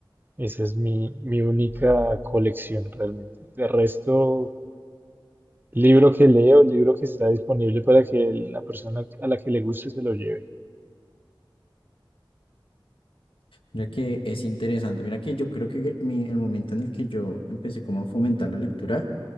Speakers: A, on the right; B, on the left.
A: Esa es mi, mi única colección realmente. De resto, libro que leo, libro que está disponible para que la persona a la que le guste se lo lleve.
B: Mira que es interesante. Mira que yo creo que mi, el momento en el que yo empecé como a fomentar la lectura